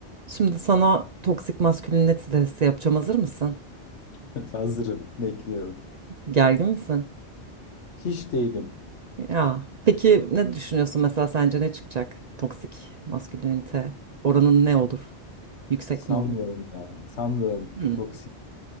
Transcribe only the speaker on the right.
Şimdi sana toksik maskülinite testi yapacağım. Hazır mısın?
Gergin misin?
Ya. Peki ne düşünüyorsun mesela sence ne çıkacak? Toksik maskülinite oranın ne olur? Yüksek
mi olur?
Hmm.